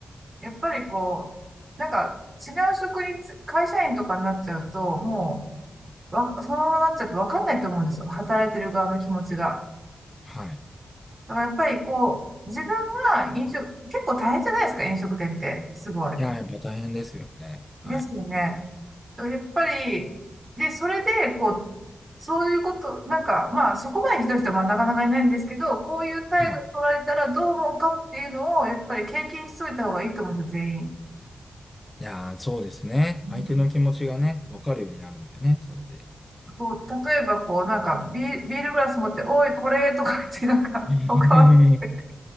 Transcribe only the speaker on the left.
はい。
いやー、やっぱ大変ですよね。はい。
はい。
いやー、そうですね。
相手の気持ちがね、わかるようになるんでね、それで。
<laughs>